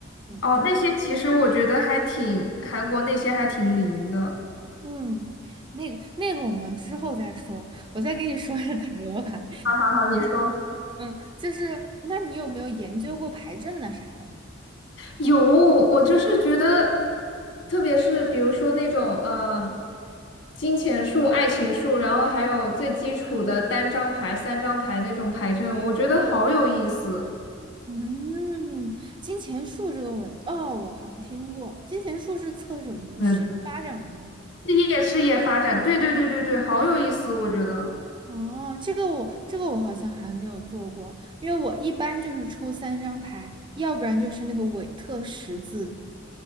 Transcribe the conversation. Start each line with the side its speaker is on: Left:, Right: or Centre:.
Right: 嗯，
Left: 哦，那些其实我觉得还挺，韩国那些还挺灵的。
Right: 嗯，那个那个，我们之后再说。我再跟你说一下塔罗牌。
Left: 好好好，你说。
Right: 嗯，就是，那你有没有研究过牌阵呐啥的？
Left: 有，我就是觉得，特别是比如说那种，嗯、金钱树、爱情树，然后还有最基础的单张牌、三张牌那种牌阵，我觉得好有意思。
Right: 嗯，金钱树这个我，哦，我好像听过。金钱树是测什么的？
Left: 嗯，
Right: 事业发展的吗？
Left: 事业事业发展，对对对对对，好有意思，我觉得。
Right: 哦，这个我这个我好像还没有做过，因为我一般就是抽三张牌，要不然就是那个韦特十字、